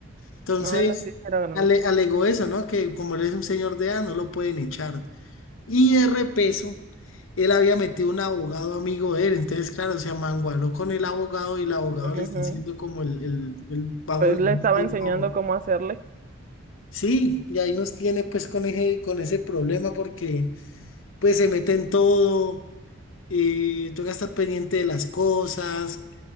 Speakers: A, on the left (about 65°); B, on the right (about 40°).
A: Entonces,
B: No, la sí era grande.
A: ale- alegó eso, ¿no? Que como él es un señor de edad, no lo pueden echar. Y de repeso, él había metido un abogado amigo de él. Entonces, claro, se amangualó con el abogado y el abogado
B: Ujú.
A: le está haciendo como el, el, el bajo
B: Pues
A: la
B: le
A: mesa
B: estaba
A: y
B: enseñando
A: el bobo.
B: cómo hacerle.
A: Sí, y ahí nos tiene pues con ese, con ese problema porque pues se mete en todo, eh, toca estar pendiente de las cosas